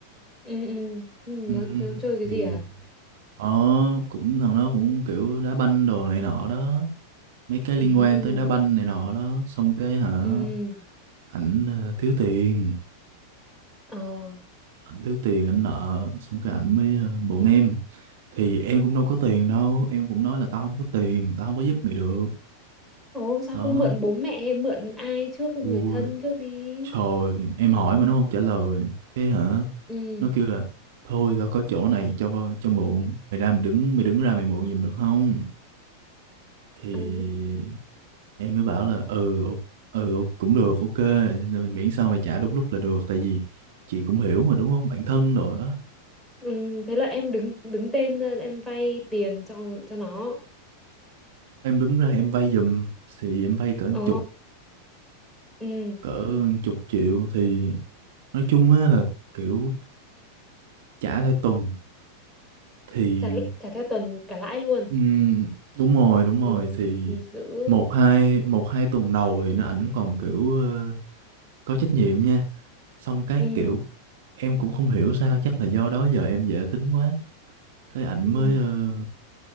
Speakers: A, in the centre; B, on the right.
A: ừ ừ ừ, nó
B: Ừm,
A: nó chơi cái
B: thì
A: gì à?
B: nó cũng thằng nó cũng kiểu đá banh đồ này nọ đó mấy cái
A: Ê
B: liên quan tới đá banh này nọ đó xong cái hả
A: ừ
B: ảnh ờ, thiếu tiền
A: ờ
B: ảnh thiếu tiền ảnh nợ xong cái ảnh mới ờ, buồn em thì em cũng đâu có tiền đâu em cũng nói là tao không có tiền tao không có giúp mày được
A: Ồ, sao
B: đó
A: không mượn bố mẹ hay mượn ai trước người
B: ui
A: thân trước đi?
B: trời em hỏi mà nó không trả lời cái hả
A: Ừ.
B: nó kêu là thôi tao có chỗ này cho cho mượn mày ra mày đứng mày đứng ra mày mượn giùm được không thì
A: Ừ.
B: em mới bảo là ừ ô- ừ ô- cũng được ok rồi miễn sao mày trả đúng lúc là được tại vì chị cũng hiểu mà đúng không bạn thân rồi đó
A: Ừ, thế là em đứng đứng tên lên, em vay tiền cho cho nó.
B: em đứng ra em vay giùm thì em vay cỡ một
A: Ồ,
B: chục
A: ừ,
B: cỡ một chục triệu thì nói chung á là kiểu trả theo tuần thì
A: trả trả theo tuần cả lãi luôn.
B: ừm, đúng rồi đúng rồi
A: Rồi,
B: thì
A: giữ.
B: một hai một hai tuần đầu thì nó ảnh còn kiểu ờ, có trách nhiệm nha xong cái
A: Ừ,
B: kiểu em cũng không hiểu sao chắc là do đó giờ em dễ tính quá thế ảnh
A: ừ.
B: mới ờ,